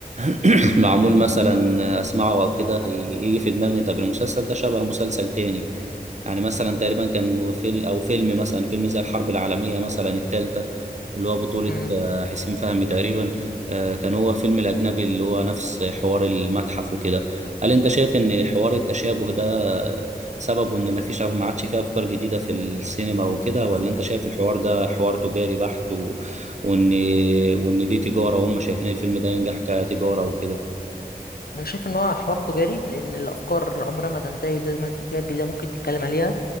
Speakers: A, on the right (about 45°); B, on the left (about 70°).
A: <clears throat> معمول مثلا آه، اسمعه او كده ي- يجي في دماغي طب المسلسل ده شبه مسلسل تاني يعني مثلا تقريبا كان فيلم او فيلم مثلا فيلم زي الحرب العالمية مثلا التالتة اللي هو بطولة
B: مم.
A: آه، حسين فهمي تقريبا آه، كان هو فيلم الأجنبي اللي هو نفس حوار المتحف وكده هل أنت شايف إن حوار التشابه ده آه، سببه إن مفيش ما عادش فيه أفكار جديدة في السينما وكده ولا أنت شايف الحوار ده حوار تجاري بحت و... وإن وإن دي تجارة وهم شايفين الفيلم ده ينجح كتجارة وكده
B: انا شايف ان هو حوار تجاري لان الافكار عمرها ما تنتهي ودايما في حاجات جديده ممكن تتكلم عليها